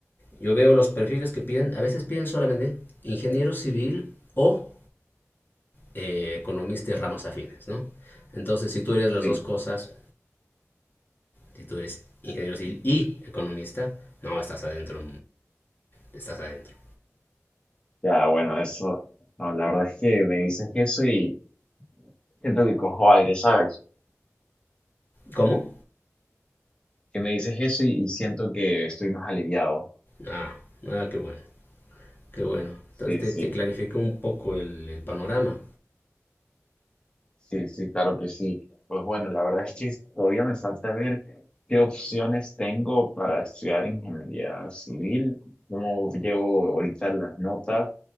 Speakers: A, on the left (about 40°); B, on the left (about 20°).
A: Yo veo los perfiles que piden, a veces piden solamente ingeniero civil o eh, economista de ramas afines, ¿no? Entonces, si tú eres las
B: Sí,
A: dos cosas, si tú eres ingeniero civil y economista, no, estás adentro, estás adentro.
B: ya, bueno, eso, no, la verdad es que me dices eso y siento que cojo aire, ¿sabes?
A: ¿Cómo?
B: que me dices eso y, y siento que estoy más aliviado.
A: Ah, ah, qué bueno. Qué bueno. Entonces
B: Sí,
A: te,
B: sí,
A: te clarifica un poco el, el panorama.
B: sí, sí, claro que sí. Pues bueno, la verdad es que todavía me falta ver qué opciones tengo para estudiar ingeniería civil, cómo llevo ahorita las notas